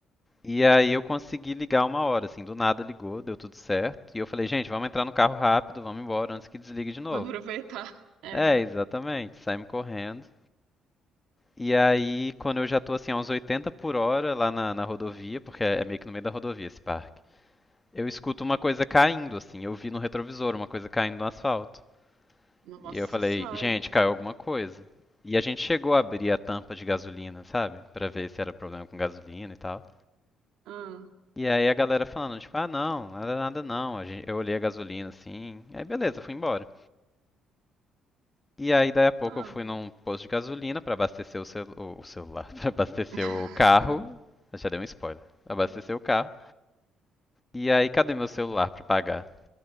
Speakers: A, on the left (about 20°); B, on the right (about 80°).
A: E aí eu consegui ligar uma hora, assim, do nada ligou, deu tudo certo. E eu falei, gente, vamos entrar no carro rápido, vamos embora antes que desligue de novo.
B: Vou Aproveitar. É.
A: É, exatamente, saímos correndo. E aí, quando eu já tô assim, a uns 80 por hora lá na, na rodovia, porque é é meio que no meio da rodovia esse parque, eu
B: Hum.
A: escuto uma coisa caindo, assim, eu vi no retrovisor uma coisa caindo no asfalto.
B: Nossa
A: E eu falei,
B: Senhora.
A: gente, caiu alguma coisa. E a gente chegou a abrir a tampa de gasolina, sabe? Pra ver se era problema com gasolina e tal.
B: Ah,
A: E aí a galera falando, tipo, ah não, nada nada não. A gen- Eu olhei a gasolina assim, aí beleza, fui embora. E aí daí a pouco
B: ah.
A: eu fui num posto de gasolina pra abastecer o, celu o o celular, <laughs> pra abastecer
B: <laughs>
A: o carro. Eu já dei um spoiler. Abastecer o carro. E aí cadê meu celular pra pagar?